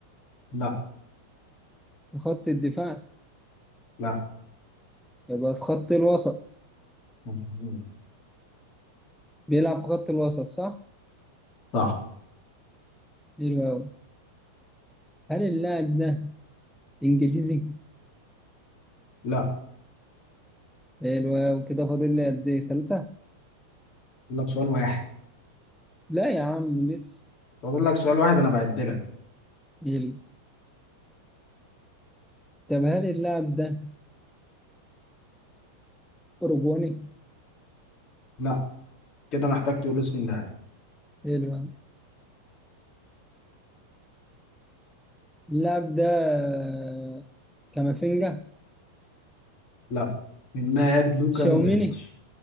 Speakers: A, on the left; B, in the centre.
A: لا
B: في خط الدفاع
A: لا
B: يبقى في خط الوسط
A: مظبوط.
B: بيلعب في خط الوسط صح
A: صح
B: حلو أوي هل اللاعب ده إنجليزي
A: لا
B: حلو أوي كده فاضل لي قد إيه تلاتة
A: فاضل لك سؤال واحد
B: لا يا عم لسه
A: فاضل لك سؤال واحد أنا بعدلك
B: حلو. طب هل اللاعب ده أوروجواني؟
A: لا كده محتاج تقول اسم اللاعب
B: حلو اللاعب ده آه، كامافينجا
A: لا اللاعب لوكا
B: شاوميني
A: مودريتش